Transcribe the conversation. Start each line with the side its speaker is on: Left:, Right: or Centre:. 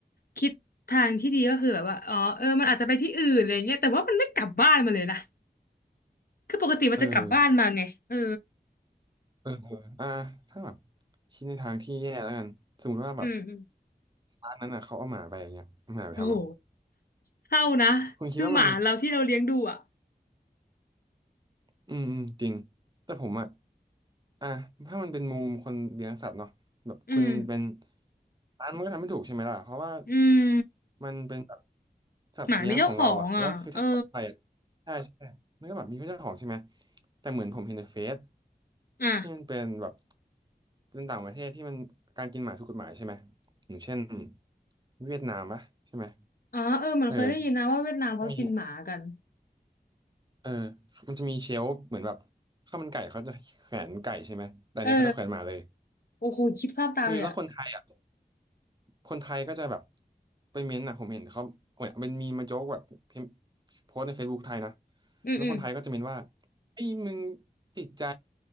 Left: คิดทางที่ดีก็คือแบบว่าอ๋อเออมันอาจจะไปที่อื่นอะไรเงี้ยแต่ว่ามันไม่กลับบ้านมาเลยนะคือปกติมันจะกลับบ้านมาไงเออ
Right: เออ เออเอออ่ะถ้าแบบคิดในทางที่แย่แล้วกัน สมมติว่าแบบ
Left: อืมอืม
Right: ร้านนั้นอ่ะเขาเอาหมาไปอย่างเงี้ยเอาหมาไปทำอ่ะ
Left: โอ้โหเท่านะคือหมาเราที่เราเลี้ยงดูอ่ะ
Right: คุณคิดว่ามัน อืมอืมจริงแต่ผมอ่ะอ่ะถ้ามันเป็นมุมคนเลี้ยงสัตว์เนาะแบบคุณเป็น
Left: อืม
Right: ร้านมันก็ทำไม่ถูกใช่ไหมล่ะเพราะว่า
Left: อืม
Right: มันเป็นแบบสัตว์เลี้ยงของเราอ่ะแล้วคือถ้าออกไปอะ
Left: หมามีเจ้าของอ่ะเออ
Right: ใช่ใช่มันก็แบบมีเจ้าของใช่ไหมแต่เหมือนผมเห็นในเฟซ
Left: อ่ะ
Right: ที่มันเป็นแบบเป็นต่างประเทศที่มันการกินหมาถูกกฎหมายใช่ไหมอย่างเช่นเวียดนามปะใช่ไหม
Left: อ๋อเออเหมันเคยได้ยินนะว่าเวียดนามเขากินหมากัน
Right: เออมี เออมันจะมีเชลฟ์เหมือนแบบข้าวมันไก่เขาจะแขวนไก่ใช่ไหมแต่อันเนี้ยเขาจะแขวนหมาเลย
Left: เออโอ้โหคิดภาพตามเลยอ่ะ
Right: คือแล้วคนไทยอ่ะคนไทยก็จะแบบไปเม้นต์อ่ะผมเห็นเขาเหมือนมันมีมาโจ๊กแบบพิมพ์โพสต์ใน Facebook ไทยนะ
Left: อืมอืม
Right: แล้วคนไทยก็จะเม้นว่าไอ้มึงติดใจ